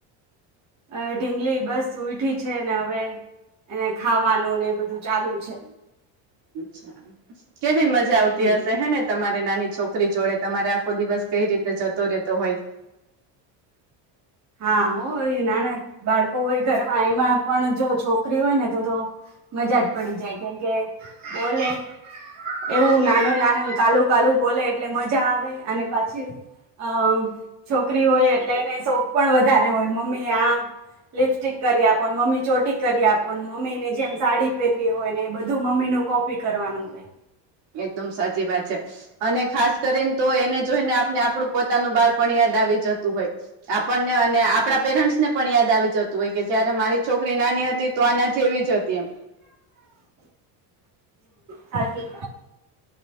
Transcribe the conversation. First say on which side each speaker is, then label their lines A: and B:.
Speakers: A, on the right; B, on the right.
A: અ ઢીંગલી બસ ઉઈઠી છે ને હવે એને ખાવાનું ને બધું ચાલુ છે.
B: ્છા કેવી મજા આવતી
A: હમ
B: હશે હે ને તમારે નાની છોકરી જોડે તમારે આખો દિવસ કઈ રીતે જતો રહેતો હોય
A: હા હોય નાના બાળકો હોય ઘરમાં એમાં પણ જો છોકરી હોય ને તો તો મજાજ પડી જાય કેમ કે બોલે એવું નાનું નાનું કાલું કાલું બોલે એટલે મજા આવે અને પછી અ છોકરી હોય એટલે એને શોખ પણ વધારે હોય મમ્મી આ લિપસ્ટિક કરી આપ મમ્મી ચોટી કરી આપ મમ્મી ને જેમ સાડી પહેરવી હોય ને એ બધું મમ્મીનું કોપ ી કરવાનું હોય
B: એકદમ સાચી વાત છે. અને ખાસ કરીને તો એને જોઈને આપને આપણું પોતાનું બાળપણ યાદ આવી જતું હોય આપણને અને આપડા પેરેન્ટ્સ ને પણ યાદ આવી જતું હોય કે જયારે મારી છોકરી નાની હતી તો આના જેવી જ હતી એમ
A: સાચી